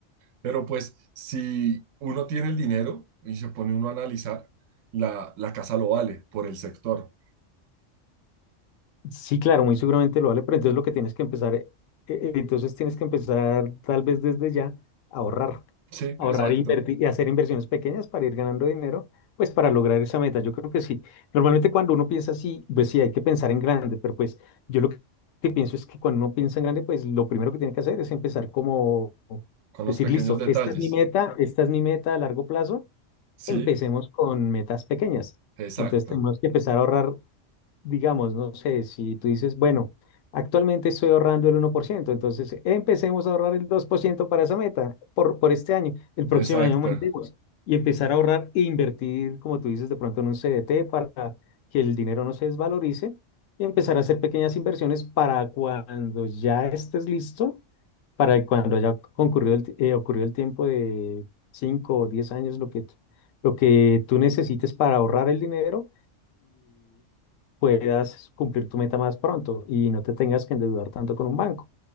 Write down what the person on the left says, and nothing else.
Sí, claro, muy seguramente lo vale, pero entonces lo que tienes que empezar, eh, eh, entonces tienes que empezar tal vez desde ya a ahorrar.
ahorrar
e invertir y hacer inversiones pequeñas para ir ganando dinero, pues para lograr esa meta. Yo creo que sí. Normalmente cuando uno piensa así, pues sí, hay que pensar en grande, pero pues yo lo que que pienso es que cuando uno piensa en grande, pues lo primero que tiene que hacer es empezar como
decir,
listo,
esta es mi meta, esta es mi meta a largo plazo, empecemos
con metas pequeñas.
Entonces tenemos que empezar a ahorrar digamos, no sé, si tú dices, bueno, actualmente estoy ahorrando el uno por ciento entonces empecemos a ahorrar el 2% para esa meta por, por este año, el próximo
año aumentemos y empezar a ahorrar e invertir, como tú dices, de pronto en un CDT para que el dinero no se desvalorice y empezar a hacer pequeñas inversiones para cuando ya estés listo, para cuando haya concurrido el, ti- eh, ocurrido el tiempo de 5 o 10 años, lo que, tú- lo que tú necesites para ahorrar el dinero puedas cumplir tu meta más pronto y no te tengas que endeudar tanto con un banco.